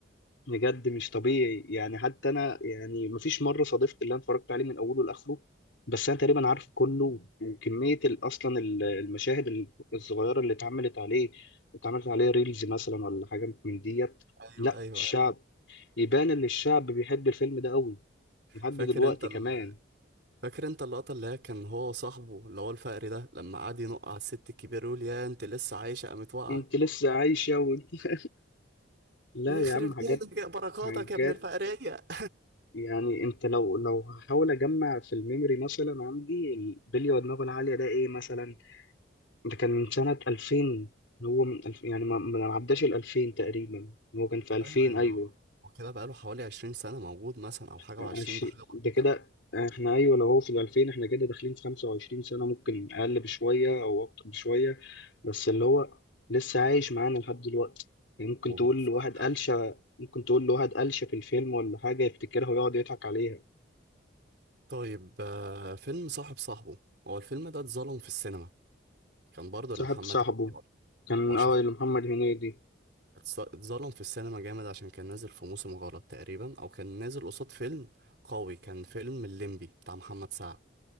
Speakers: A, on the left; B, on the right.
A: بجد مش طبيعي يعني حتى انا يعني مفيش مره صادفت اللي انا اتفرجت عليه من اوله لاخره بس انا تقريبا عارف كله وكميه ال- اصلا ال- المشاهد ال- الصغيره اللي اتعملت عليه اتعملت عليه ريلز مثلا ولا حاجه من ديت
B: ايوه
A: لا
B: ايوه
A: الشعب يبان ان الشعب بيحب الفيلم ده قوي لحد
B: فاكر
A: دلوقتي
B: وال- انت ال...
A: كمان
B: فاكر انت اللقطة اللي هي كان هو وصاحبه اللي هو الفقري ده لما قعد ينق على الست الكبيرة يقول يا انت لسه عايشة قامت واقعة
A: انت لسه عايشه وانت <laughs> لا
B: يخرب
A: يا عم حاجات
B: بيتك يا بركاتك
A: حاجات
B: يا ابن الفقرية
A: يعني انت لو لو هحاول اجمع في الميموري مثلا عندي البلي ودماغه العاليه ده ايه مثلا ده كان من سنة 2000 اللي هو من ألف يعني ما ما عداش ال 2000 تقريبا هو كان في 2000
B: ايوه يعني
A: أيوه
B: هو هو كده بقاله حوالي 20 سنة موجود مثلا او حاجة
A: عشي-
B: وعشرين بحاجة
A: ده
B: بسيطة
A: كده احنا أيوه لو هو في ال 2000 احنا كده داخلين في 25 سنة ممكن أقل بشوية أو أكتر بشوية بس اللي هو لسه عايش معانا لحد دلوقتي يعني ممكن
B: وبنتفرج
A: تقول لواحد قلشة
B: عليه
A: ممكن تقول لواحد قلشة في الفيلم ولا حاجة يفتكرها ويقعد يضحك عليها
B: طيب آه، فيلم صاحب صاحبه هو الفيلم ده اتظلم في السينما كان برضه
A: صاحب
B: لمحمد
A: صاحبه
B: إمام
A: كان
B: واشرف
A: اه اللي محمد هنيدي
B: اتس- اتظلم في السينما جامد عشان كان نازل في موسم غلط تقريبا او كان نازل قصاد فيلم قوي كان فيلم الليمبي بتاع محمد سعد